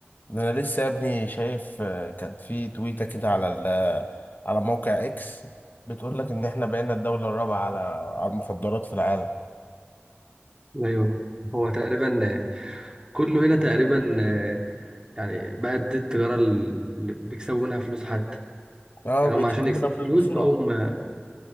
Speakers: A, on the left (about 50°); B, on the right (about 20°).
A: ده انا لسه يا ابني شايف آه، كان في تويته كده على ال- آه، على موقع اكس بتقول لك ان احنا بقينا الدوله الرابعه على على المخدرات في العالم
B: ايوه هو تقريبا آه، كله هنا تقريبا آه، يعني بقت دي التجارة اللي بيكسبوا منها فلوس حتى
A: اه
B: يعني
A: بيكسبوا
B: هم عشان يكسبوا
A: منها فلوس
B: فلوس
A: بسرعه
B: بقوا هم-